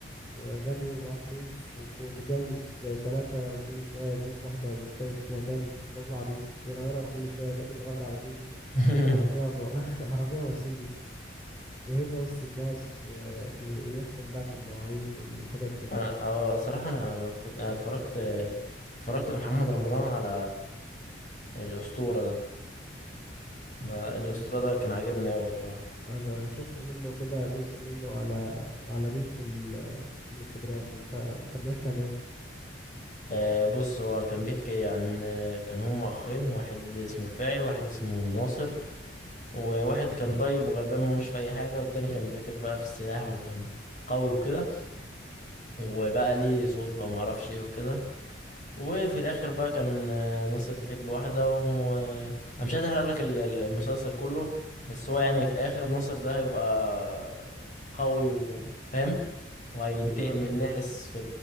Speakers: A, on the left; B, on the left.
A: وغني ومعاه فلوس ومتجوز تلاتة وكل شوية يجيب واحدة يتجوز فيها تاني الرابعة دي يغيرها كل شوية كأنه بيغير عربيته
B: <laughs>
A: عربية م... <laughs> عربية مرسيدس وهيبة وسط الناس وبيحكم بقى في المواعيد والحاجات دي
B: انا اه صراحه انا ما كنت انا اتفرجت اتفرجت لمحمد رمضان على الاسطوره ده ما- الاسطوره
A: أنا
B: ده كان عاجبني قوي صراحه
A: أنا شفت منه كده جزء منه على على ريل في, ال... في الانستجرام أنت كان بيحكي عن إيه؟
B: آه بص هو كان بيحكي عن كان هم اخين واحد اسمه رفاعي واحد اسمه ناصر وواحد كان طيب وغلبان ملوش في اي حاجه والتاني كان بيتاجر بقى في السلاح وكان قوي وكده وبقى ليه سلطه
A: جميل
B: وما اعرفش ايه وكده وفي الاخر بقى كان آه، ناصر بيحب واحده و آه، انا مش عايز احرق لك ال- ال- المسلسل كله بس هو يعني في الاخر ناصر ده هيبقى قوي وفاهم وهينتقم
A: أنا
B: من الناس في